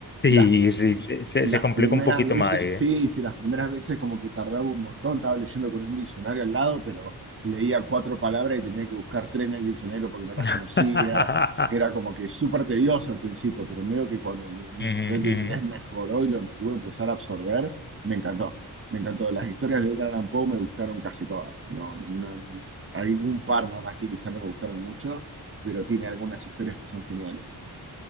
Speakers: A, on the left (about 30°); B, on the right (about 35°).
A: Sí,
B: las
A: sí, se, se-
B: las
A: se complica
B: primeras
A: un poquito
B: veces,
A: más
B: sí,
A: ahí, ¿eh?
B: sí, las primeras veces como que tardaba un montón, estaba leyendo con un diccionario al lado, pero leía cuatro palabras y tenía que buscar tres en el diccionario porque no las
A: <laughs>
B: conocía. Era
A: Ujú,
B: como que súper tedioso al principio, pero medio que cuando mi, mi
A: ujú.
B: nivel de inglés mejoró y lo pude empezar a absorber, me encantó. Me encantó. Las historias de Edgar Allan Poe me gustaron casi todas. No, no, no- hay un par nada más que quizás no me gustaron mucho, pero tiene algunas historias que son geniales.